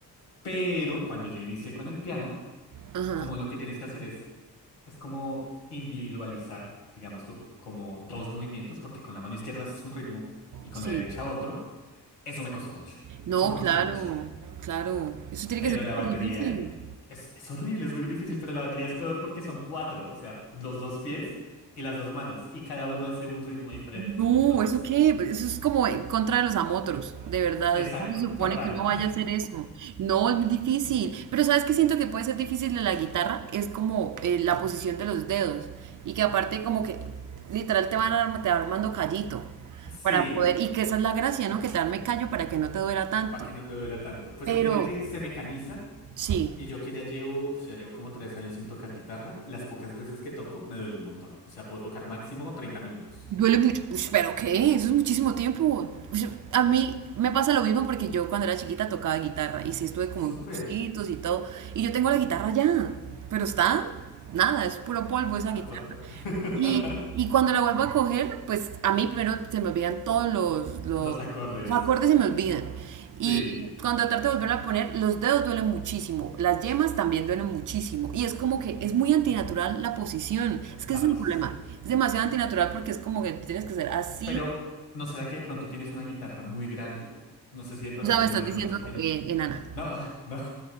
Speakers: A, on the left (about 85°); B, on the right (about 40°).
A: Pero cuando yo inicié con el piano,
B: Ajá,
A: como lo que tienes que hacer es Es como individualizar, digámoslo, como dos movimientos, porque con la mano izquierda haces un ritmo y con
B: sí.
A: la derecha otro. Eso me costó mucho.
B: No,
A: Eso me costó
B: claro,
A: mucho.
B: claro. Eso tiene
A: Pero
B: que ser súper
A: la batería
B: difícil.
A: es, es horrible, es muy difícil, pero la batería es peor porque son cuatro, o sea, los dos pies y las dos manos, y cada uno hace un ritmo diferente.
B: No,
A: Entonces,
B: ¿eso qué? Pues, Eso es como en contra de los amotros, de verdad.
A: exacto,
B: ¿Cómo se supone
A: total.
B: que uno vaya a hacer eso? No, es muy difícil. Pero ¿sabes qué siento que puede ser difícil de la guitarra? Es como eh, la posición de los dedos. Y que aparte como que literal te van arma- te va armando callito
A: Sí,
B: para poder... Y que esa es la gracia, ¿no? Que te arme callo para que no te duela tanto.
A: para que no te duela tanto. Pues
B: Pero
A: mira que se mecanizan
B: sí.
A: Y yo que ya llevo, uf, ya llevo como tres años sin tocar guitarra, las pocas veces que toco me duele un montón. O sea, puedo tocar máximo treinta minutos.
B: Duele mucho. Ush, pero ¿qué? Eso es muchísimo tiempo. Ush, a mí me pasa lo mismo porque yo cuando era chiquita tocaba guitarra y sí estuve como
A: Súper.
B: en cursitos y todo. Y yo tengo la guitarra ya, pero está nada, es puro polvo esa guitarra.
A: Aparta. <laughs>
B: Y, y cuando la vuelvo a coger, pues a mí primero se me olvidan todos los, los,
A: Los acordes.
B: los acordes, se me olvidan. Y
A: Sí,
B: cuando trato de volverla a poner, los dedos duelen muchísimo, las yemas también duelen muchísimo. Y es como que es muy antinatural la posición. Es
A: la
B: que ese es
A: posición.
B: el problema. Es demasiado antinatural porque es como que tienes que ser así.
A: Pero, ¿no será que de pronto tienes una guitarra muy grande? No sé si de pronto
B: O sea,
A: tienes
B: me estás
A: las
B: diciendo
A: manos pequeñitas.
B: eh, enana.
A: No, <laughs> no,